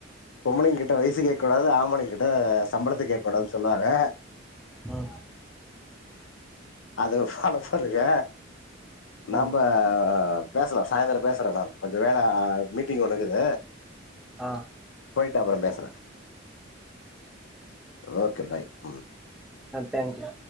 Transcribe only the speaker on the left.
பொம்பலைங்கிட்ட கிட்ட வயசு கேட்க கூடாது ஆமணி கிட்ட சம்ப பத்து கேடக்க கூடனு சொல்லுவாங்க
அது பாலோப் பண்ணுங்க நாம
பேசலாம் சாயந்தரம் பேசுறேன் நான் கொஞ்சம் வேலை மீட்டிங் ஒண்ணுக்குது
போயிட்டு அப்புறம் பேசுறேன் ஓகே பாய் உம்